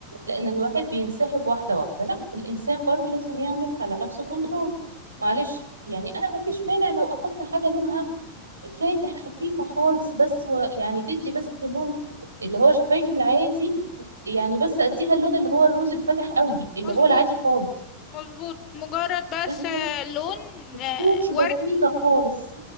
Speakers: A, on the right; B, on the left.
A: لان الواحد بينسحب واحده واحده لا الانسان برضو لازم يعمل على نفسه كنترول معلش يعني انا ما فيش مانع لو احط حاجه لونها فاتح خفيفه خالص بس و... يعني تدي بس اللون اللي هو شفايفي العادي يعني بس اديها اللون اللي هو الروز الفاتح قوي اللي
B: مظبوط
A: هو العادي خالص
B: مظبوط مجرد بس
A: لازم
B: آه، لون
A: تكونش
B: آه،
A: بسيطه
B: وردي
A: خالص